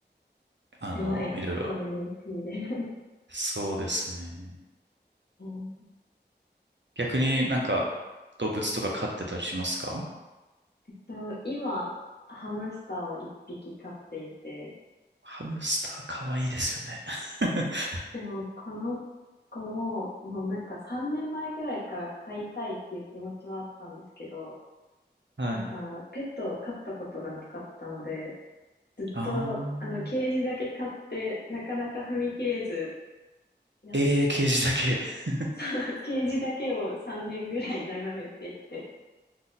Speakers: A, on the left (about 65°); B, on the right (about 80°).
A: 狭いコミュニティで。
B: あの、いろいろ。
A: <laughs>
B: そうですね。
A: うん
B: 逆になんか動物とか飼ってたりしますか
A: えっと、今、ハムスターを一匹飼っていて、
B: ハムスターかわいいですよね。<laughs>
A: でも、この子も、もうなんか3年前ぐらいから飼いたいっていう気持ちはあったんですけど、
B: はい。
A: なんか、ペットを飼ったことがなかったので、ずっと、
B: あー。
A: あの、ケージだけ飼って、なかなか踏み切れず、やっ、
B: えー、ケージだけ。<laughs>
A: <laughs> ケージだけを3年ぐらい眺めていて、